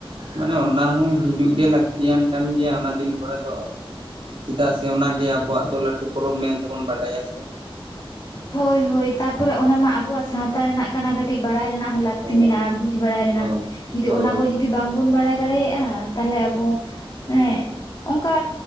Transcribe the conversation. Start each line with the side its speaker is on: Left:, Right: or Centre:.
Right: ᱢᱟᱱᱮ ᱚᱱᱟ ᱦᱚᱸ ᱦᱤᱡᱩᱜ ᱜᱮ ᱞᱟᱹᱠᱛᱤᱭᱟᱱ ᱠᱟᱱ ᱜᱮᱭᱟ ᱚᱱᱟ ᱫᱤᱱ ᱠᱚᱨᱮ ᱫᱚ ᱪᱮᱫᱟᱜ ᱥᱮ ᱚᱱᱟᱜᱮ ᱟᱵᱚᱣᱟᱜ ᱫᱚ ᱞᱟᱹᱴᱩ ᱯᱚᱨᱚᱵᱽ ᱢᱮᱱ ᱛᱮᱵᱚᱱ ᱵᱟᱰᱟᱭᱟ ᱥᱮ
Left: ᱦᱳᱭ ᱦᱳᱭ ᱛᱟᱯᱚᱨᱮ ᱚᱱᱟᱢᱟ ᱟᱵᱚᱣᱟᱜ ᱥᱟᱶᱛᱟ ᱨᱮᱱᱟᱜ ᱠᱟᱱᱟ ᱠᱟᱹᱴᱤᱡ ᱵᱟᱲᱟᱭ ᱨᱮᱱᱟᱜ ᱦᱚᱸ ᱞᱟᱜ ᱞᱟᱹᱠᱛᱤ
Right: ᱦᱳᱭ
Left: ᱢᱮᱱᱟᱜᱼᱟ ᱵᱩᱡᱽ ᱵᱟᱲᱟᱭ ᱨᱮᱱᱟᱜ
Right: ᱦᱳᱭ
Left: ᱡᱩᱫᱤ
Right: ᱦᱳᱭ
Left: ᱚᱱᱟ ᱠᱚ ᱡᱩᱫᱤ ᱵᱟᱝᱵᱚᱱ ᱵᱟᱲᱟᱭ ᱫᱟᱲᱮᱭᱟᱜᱼᱟ ᱛᱟᱞᱦᱮ ᱟᱵᱚ ᱦᱮᱸ ᱚᱝᱠᱟ